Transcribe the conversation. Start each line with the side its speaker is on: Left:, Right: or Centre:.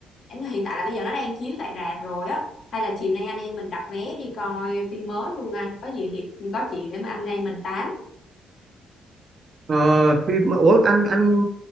Left: hiện tại là bây giờ nó đang chiếu tại rạp rồi á hay là chiều nay anh em mình đặt vé đi coi phim mới luôn anh có gì thì có chuyện để mà anh em mình tám
Right: ờ, phim ủa anh anh